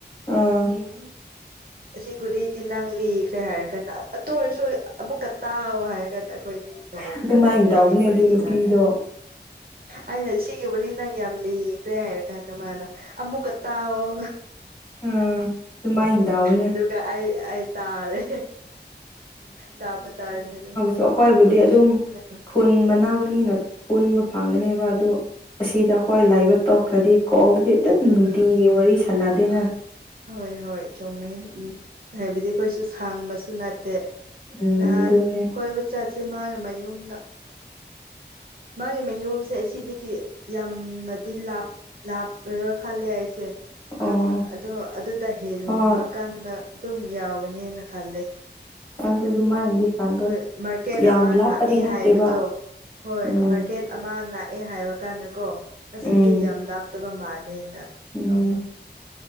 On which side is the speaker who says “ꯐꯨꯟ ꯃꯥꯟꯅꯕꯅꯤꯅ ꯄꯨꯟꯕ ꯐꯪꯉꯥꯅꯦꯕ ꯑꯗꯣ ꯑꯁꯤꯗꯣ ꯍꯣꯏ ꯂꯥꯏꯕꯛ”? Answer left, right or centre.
Left